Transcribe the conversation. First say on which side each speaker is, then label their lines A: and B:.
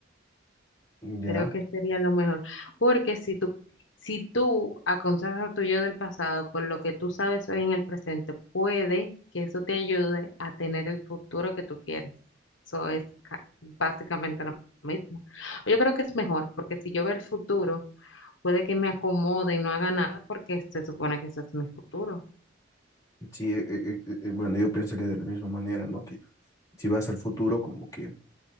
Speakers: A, on the left; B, on the left.
A: Ya.
B: Creo que sería lo mejor, porque si tú, si tú aconsejas a tu yo del pasado con lo que tú sabes hoy en el presente, puede que eso te ayude a tener el futuro que tú quieres. Eso es ca- básicamente lo mismo. Yo creo que es mejor, porque si yo veo el futuro, puede que me acomode y no haga nada, porque se supone que ese es mi futuro.
A: Sí, eh, eh, eh, eh, bueno, yo pensaría de la misma manera, ¿no? Que si vas al futuro, como que,